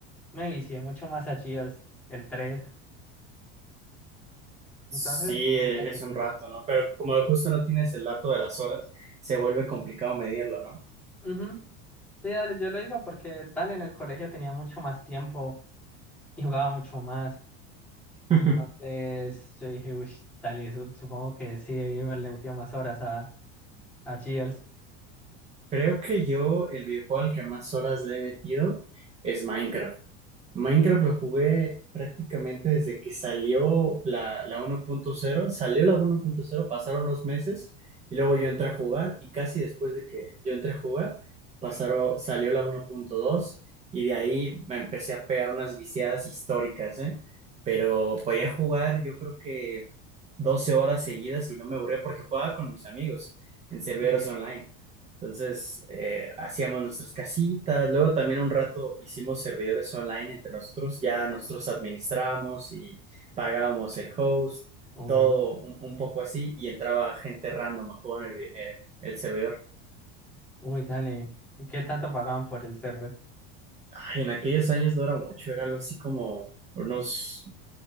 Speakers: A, in the centre; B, on the right.
A: me vicié mucho más a Gears, el tres
B: Sí,
A: Entonces
B: e-
A: diría
B: es
A: que
B: un
A: Gears.
B: rato, ¿no? Pero como justo no tienes el dato de las horas, se vuelve complicado medirlo, ¿no?
A: Ujú. Sí, dale, yo lo digo porque tal en el colegio tenía mucho más tiempo y jugaba mucho más.
B: <laughs>
A: Entonces yo dije, uy, dale, su- supongo que sí, le he metido más horas a, a Gears.
B: Creo que yo el videojuego al que más horas le he metido es Minecraft. Minecraft lo jugué prácticamente desde que salió la, la uno punto cero Salió la uno punto cero pasaron los meses y luego yo entré a jugar y casi después de que yo entré a jugar, pasaron, salió la uno punto dos y de ahí me empecé a pegar unas viciadas históricas, ¿eh? Pero podía jugar yo creo que 12 horas seguidas y no me aburría porque jugaba con mis amigos en servidores
A: Sí,
B: online. Entonces, eh, hacíamos nuestras casitas, luego también un rato hicimos servidores online entre nosotros, ya nosotros administrábamos y pagábamos el host,
A: Uy,
B: todo un, un poco así, y entraba gente random a jugar en el, vi- eh, el servidor.
A: uy, dale. ¿Y qué tanto pagaban por el server?
B: Ay, en aquellos años no era mucho, era algo así como unos